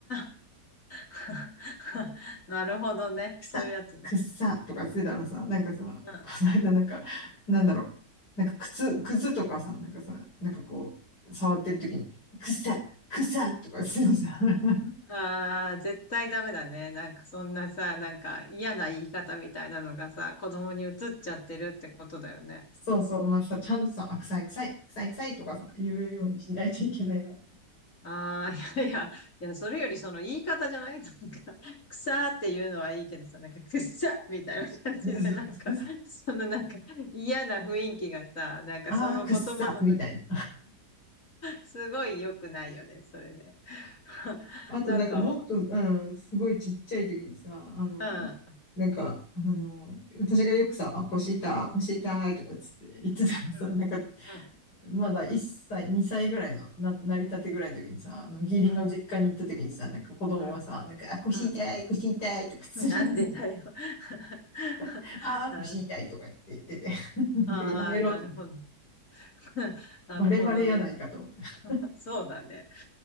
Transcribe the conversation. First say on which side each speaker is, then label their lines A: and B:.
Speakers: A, on the left; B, on the left.
A: あ、<laughs> なるほどね。
B: くさ、
A: そういうやつね。
B: くさとかつってたらさ、なんかさ、
A: うん。
B: この間なんか、なんだろう、なんか靴、靴とかさ、なんかさ、なんかこう、触ってるときに、くさ、くさとかつってさ、<laughs>
A: ああ、絶対ダメだね。なんかそんなさ、なんか嫌な言い方みたいなのがさ、子供に移っちゃってるってことだよね。
B: そうそう、まあさ、ちゃんとさ、あ、臭い臭い、臭い臭いとかさ、言うようにしないといけないなと。
A: ああ、いやいや、いや、それよりその言い方じゃないなんか、草っていうのはいいけどさ、なんか、くっさみたいな感じで、
B: <laughs>
A: なんか、そのなんか、嫌な雰囲気がさ、なんかその言葉の中、
B: ああ、くっさ、みたいな。
A: すごい良くないよね、それね。<laughs>
B: あとなんかもっと、
A: なんか、
B: うん、すごいちっちゃい時にさ、あの、
A: うん、
B: なんか、あの、私がよくさ、あ、腰痛い、腰痛いとかつって言ってたらさ、
A: うん、
B: なんか、
A: うん、
B: まだ1歳、2歳ぐらいの、な、なりたてぐらいの時にさ、あの、義理の実家に行った時にさ、
A: うん、
B: なんか子供がさ、
A: う
B: なんか、あ、腰痛い、
A: ん、
B: 腰痛いとかつって、
A: うん、なんでだよ。<laughs>
B: <laughs> あー、
A: なる、
B: 腰痛いとかって言ってて、<laughs> なんかやめろと。
A: ああ、なるほど。<laughs> なるほどね。
B: バレバレやないかと思った。
A: そうだね。